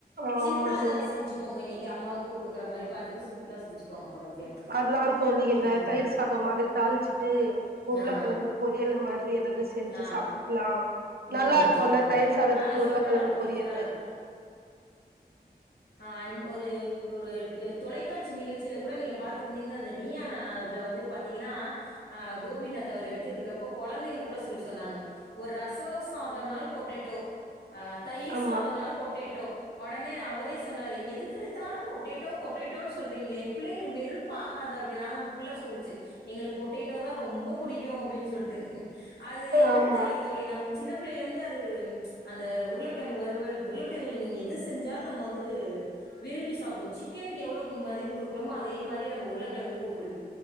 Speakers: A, on the right; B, on the left.
A: ஆமா
B: சிம்பிளா ஏதாவது
A: தோழி
B: செஞ்சுக்கோங்க இனிக் கே அம்மாவுக்கு குடுக்குறமாரி பாத் ட்டுக்கு சிம்ப்ளா செஞ்சுக்கோங்க அப்ப மத்தியானத்துக்கு
A: அதுதா தோழி இந்த
B: ம்
A: தயிர் சாதம் மாதிரி தாளிச்சுட்டு உருளைக்கிழங்கு
B: ஆ
A: பொரியல் மாதிரி ஏதாவது செஞ்சு
B: ஆ
A: சாப்டுக்குலாம்
B: ம்
A: நல்லா இருக்குல்ல
B: ஆமா
A: தயிர் சாதத்துக்கு
B: ஆ சூப்பரா
A: உருளைக்கிழங்கு
B: இருக்கும்
A: பொரியல்லு
B: சூப்பரா இருக்கும். ஆன் ஒரு ஒரு டு தொலைக்காட்சி நிகழ்ச்சியில கூட நீங்க பார்த்திருந்தீங்னா அந்த நீயா நானா இதுல வந்து பாத்தீங்கனா ஆ கோபிநாத் அவரு எடுத்துட்டு இருக்கப்ப கொழந்தைங்க கூட சொல்லி சொன்னாங்க ஒரு ரசோம் சாதம்னாலும் பொட்டேட்டோ ஆ தயிர்
A: ஆமா
B: சாதனாலு பொட்டேட்டோ உடனே அவரே சொன்னாரு எதுக்கெடுத்தாலும் பொட்டேட்டோ பொட்டேட்டோனு சொல்றீங்களே பிள்ளைங்களுக்கு வெறுப்பு ஆகாதா அப்படினு ஆனா அந்த புள்ளைக சொல்லுச்சு எங்களுக்கு பொட்டேட்டோ தா ரொம்ப பிடிக்கும் அப்டின்னு சொல்லிட்டு அது என்னன்னு
A: ஆமா
B: தெரில தோழி நமக்கு சின்ன புள்ளேயிலிருந்து அது அந்த உருளைக்கிழங்கு வருவல் உருளைக்கிழங்குல நீங்க எது செஞ்சாலும் நம்ம வந்து விரும்பி சாப்பிட வச்சு சிக்கனுக்கு எவ்ளோக்கு மதிப்பு கொடுக்குறோமோ அதே மாதிரி நம்ம உருளைக்கிழங்குக்கு குடு